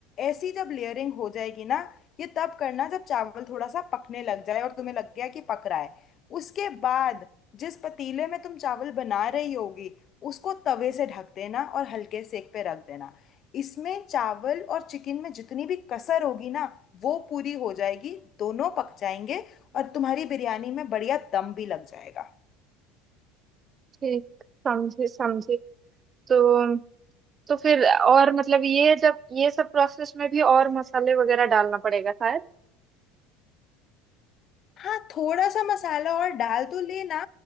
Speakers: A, on the left (about 45°); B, on the right (about 35°).
A: ऐसी जब लेयरिंग हो जाएगी ना ये तब करना जब चावल थोड़ा सा पकने लग जाए और तुम्हें लग गया कि पक रहा है उसके बाद जिस पतीले में तुम चावल बना रही होगी उसको तवे से ढक देना और हल्के सेक पे रख देना इसमें चावल और चिकन में जितनी भी कसर होगी ना वो पूरी हो जाएगी दोनों पक जाएंगे और तुम्हारी बिरयानी में बढ़िया दम भी लग जाएगा
B: ठीक समझे समझे तो तो फिर और मतलब ये जब ये सब प्रोसेस में भी और मसाले वगैरह डालना पड़ेगा शायद
A: हाँ थोड़ा सा मसाला और डाल तो लेना